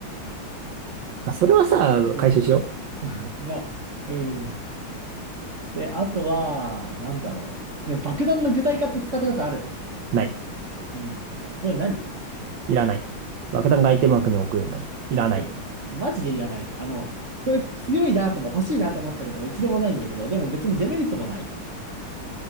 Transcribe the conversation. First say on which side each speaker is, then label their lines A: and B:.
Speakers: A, on the right; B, on the right.
A: まあ、それはさ、
B: うん。
A: 回収しよ
B: <laughs> まあ、うん。で、あとは、なんだろう。ね、爆弾の具体化って使ったことある。
A: う。ない。
B: うん。これ何
A: いらない。爆弾が相手幕に置くようになる。いらない。
B: えー、マジでいらない。あの、これ強いなとも欲しいなと思ったことも一度もないんだけど、でも別にデメリットもない。